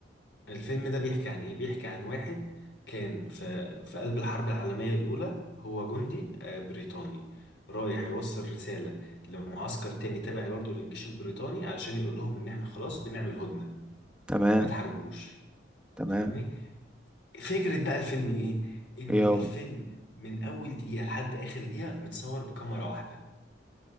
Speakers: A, on the left; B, in the centre.
A: الفيلم ده بيحكي عن إيه؟ بيحكي عن واحد كان في في قلب الحرب العالمية الأولى هو جندي آه، بريطاني رايح يوصل رسالة لمعسكر تاني تابع برضه للجيش البريطاني علشان يقول لهم إن إحنا خلاص بنعمل هدنة
B: تمام
A: ما تحاربوش
B: تمام
A: فاهمني؟ فكرة بقى الفيلم إيه؟ إن الفيلم
B: يو
A: من أول دقيقة لحد آخر دقيقة متصور بكاميرا واحدة